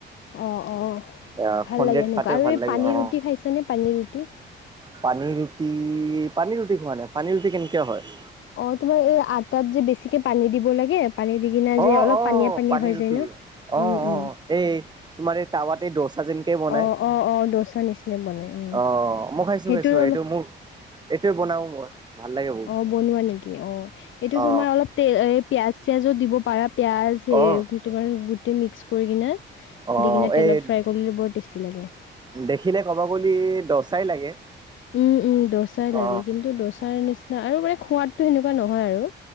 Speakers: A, on the left; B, on the right.
A: অ, অ
B: এ
A: ভাল
B: সন্ধিয়া
A: লাগে সেনেকুৱা
B: খাতে
A: আৰু
B: ভাল
A: এই
B: লাগে
A: পানী
B: অ'।
A: ৰুটি খাইছনে পানীৰ ৰুটি।
B: পানী ৰুটি, পানী ৰুটি খোৱা নাই। পানী ৰুটি কেনেকে হয়?
A: অ, তোমাৰ এই আটাত যে বেছিকে পানী দিব লাগে। পানী দি কিনা
B: অ
A: যে অলপ
B: অ
A: পানীয়া পানীয়া
B: পানী
A: হৈ
B: ৰুটি
A: যায় ন,
B: অ
A: উম,
B: অ
A: উম।
B: এই তোমাৰ এই, <unintelligible> যেনকে বনাই
A: অ অ অ দচা নিচিনা বনাই উম
B: অ মই খাইছোঁ
A: সেইটো
B: খাইছোঁ
A: অলপ
B: এইটো মোক এইটোৱে বনাও মই। ভাল লাগে বহুত
A: অ'! বনোৱা নেকি অ'! এইটো
B: অ
A: তোমাৰ অলপতে এই পিয়াঁজ চিয়াজো দিব পাৰা। পিঁয়াজ সেই,
B: অ
A: তোমাৰ গোটেই মিক্স কৰি কিনে দি
B: অ
A: কিনে তেলত
B: এই
A: ফ্ৰাই কৰি বৰ টেষ্টি লাগে।
B: দেখিলে ক'ব বুলি দচাই লাগে
A: উম, উম, দচাই
B: অ
A: লাগে। কিন্তু, দচাৰ নিচিনা আৰু মানে, সোৱাদটো সেনেকুৱা নহয় আৰু।